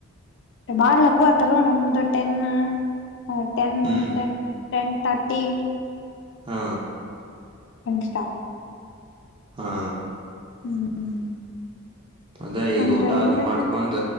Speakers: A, on the left; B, on the right.
A: ಬಾಳ್ ಲಘು ಆತಲ್ವ ನಮ್ದು ಟೆನ್ ಹ ಟೆನ್
B: ಹ್ಮ್
A: ಟೆನ್ ಟೆನ್ ತರ್ಟಿ
B: ಹಾ
A: ಹಷ್ಟಾಪ
B: ಹಾ
A: ಹ್ಮ್
B: ಅದ ಈಗ
A: ಅಂದ್ರ
B: ಊಟ
A: ಏನಾರ
B: ಅದು ಮಾಡ್ಕೊಂಡ್